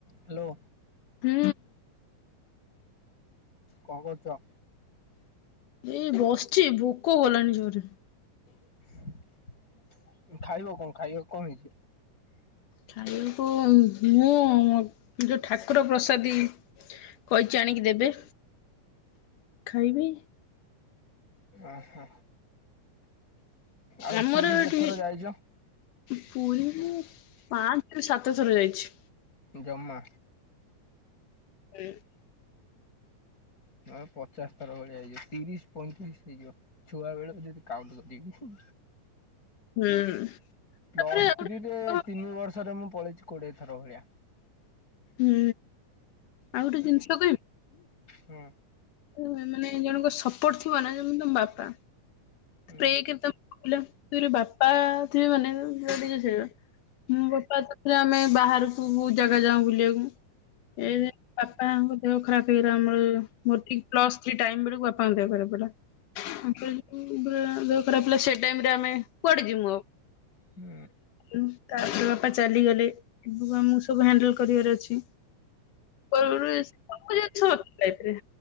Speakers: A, on the left; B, on the left.
A: ହାଲୋ।
B: ହୁଁ।
A: କଣ କରୁଚ?
B: ଏଇ ବସ୍ଚି ଭୋକ କଲାଣି ଜୋରେ।
A: ଖାଇବ କଣ, ଖାଇବାକୁ କଣ ହେଇଚି?
B: ଖାଇବ ମୁଁ ଯୋଉ ଠାକୁର ପ୍ରସାଦୀ କହିଚି ଆଣିକି ଦେବେ, ଖାଇବି।
A: ଅହ ଆଉ
B: ଆମର
A: ପୁରୀ
B: ଏଠି
A: କେତେଥର ଯାଇଚ?
B: ପୁରୀ ମୁଁ ପାଞ୍ଚ ରୁ ସାତଥର ଯାଇଚି।
A: ଜମା?
B: <unintelligible>
A: ଆମେ ପଚାଶ ଥର ଭଳିଆ ହେଇଯିବ ତିରିଶ ପଇଁତିରିଶ ହେଇଯିବ। ଛୁଆ ବେଳୁ ଯଦି କାଉଣ୍ଟ କରିବି ହୁଁ।
B: ହୁଁ।
A: ପ୍ଲସ୍
B: ତାପରେ ଆଉ
A: ଥ୍ରୀରେ
B: ଗୋଟେ
A: ତିନି ବର୍ଷରେ ମୁଁ ପଳେଇଚି କୋଡିଏ ଥର ଭଳିଆ।
B: ହୁଁ, ଆଉ ଗୋଟେ
A: ହୁଁ
B: ଜିନିଷ କହିବି।
A: ହୁଁ।
B: ଉଁ ମାନେ ଜଣଙ୍କ ସପୋର୍ଟ ଥିବ ନା ଯେମତି ତମ ବାପା।
A: ହୁଁ
B: ପ୍ରେ <unintelligible> ବାପା ଥିବେ ମାନେ ତମେ ଯୁଆଡେ ଯିବ ସିଆଡେ ଯିବ। ମୋ ବାପା ସାଥିରେ ଆମେ ବାହାରୁକୁ ବହୁତ୍ ଜାଗା ଯାଉ ବୁଲିଆକୁ।
A: ହୁଁ
B: ଏ ବାପାଙ୍କ ଦେହ ଖରାପ୍ ହେଇଗଲା ଆମର ମୋର ଠିକ୍ ପ୍ଲସ୍ ଥ୍ରୀ ଟାଇମ୍ ବେଳୁକୁ ବାପା ତାଙ୍କ ଦେହ ଖରାପ୍ ହେଲା, ତାଙ୍କର ଯୋଉ <unintelligible> ଦେହ ଖରାପ୍ ହେଲା ସେ ଟାଇମ୍ ରେ ଆମେ କୁଆଡେ ଯିମୁ ଆଉ।
A: ହୁଁ।
B: ଉଁ ତାପରେ ବାପା ଚାଲିଗଲେ, ଏବୁକୁ ଆମୁକୁ ସବୁ ହ୍ୟାଣ୍ଡେଲ୍ କରିବାର ଅଛି। ଉଁ <unintelligible> ସବୁ ଜିନିଷ ଅଛି ଲାଇଫ୍ ରେ।